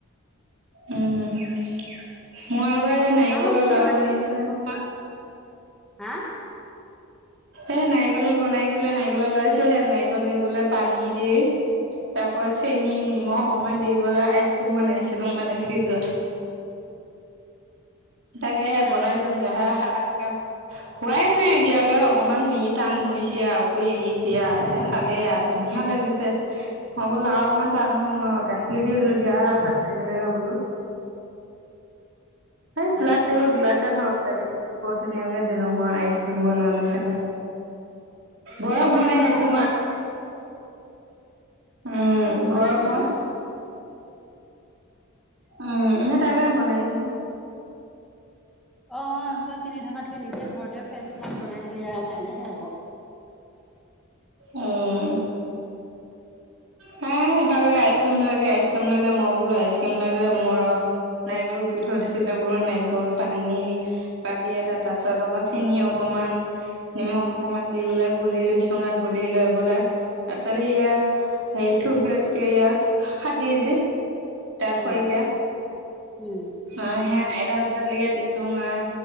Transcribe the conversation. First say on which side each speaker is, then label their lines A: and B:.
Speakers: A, on the right; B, in the centre.
A: উম, মই আকৌ হে
B: বনালো
A: নাৰিকলৰ
B: কি
A: লাৰু বনাইছিলে নহয়
B: হাঁ?
A: এ নাৰিকল বনাইছিলে নাৰিকলৰ ওলাইছে সে নাৰিকল দিবলে পানী দি তাকৈ চেনি নিমখ অকমান দি পালাই আইচক্ৰীম বনাইছিলোঁ মানে ফ্ৰিজত তাকে সে
B: তাৰপিছত
A: বনাই চওঁ গে আহা <unintelligible> হোৱাই নাই এতিয়ালৈ অকনমান হেৰি টান হৈ হৈছে আৰু হৈ আহিছে আৰু এখালে আ ধুনীয়া লাগে লাগিছে মই বোলো আৰু অকণমান টান হ গাখীৰ দি দিয়া হয় ভাল লাগিলে হয় বোলো সেই
B: আইচক্ৰীম
A: প্লাষ্টিকৰ গ্লাছত হ'ব লাগে। বত ধুনীয়াকে দিলোং হয় আইচক্ৰীম বনোৱা নিছিলে বৰফ
B: নবনাইগে
A: বনাই দিছোঁ
B: নহলে
A: মই
B: আকৌ
A: উম
B: বনা
A: গৰমত
B: কেটামান
A: উম এনে তাকে বনাইছোঁ।
B: অ', এইসোপা কিনি থকাতকে নিজে ঘৰতে ফ্ৰেচ ইমান বনাই দিলে ভালেহে আকৌ।
A: উম। হ তাক আইচক্ৰীম লাগে, আইচক্ৰীম লাগে, মই বোলো আইচক্ৰীম লাগে, মই ৰহ্ নাৰিকল ৰুকি থৈ দিছিলে, বোৰ নাৰিকল পানী পাতি এ তাত পাছত আকৌ চেনি অক অকমান, নিমখ অকমান দি পেলাই গুলি লৈছঙা, গুলি লৈ পেলাই, তাইছত সেয়া সেই ধূপ গেছ কে ইয়য়া খাটি যে তাত
B: উম
A: শইকীয়া,
B: উম,
A: অ' সেয়া এডাল তেনেকে দি থোং আৰ,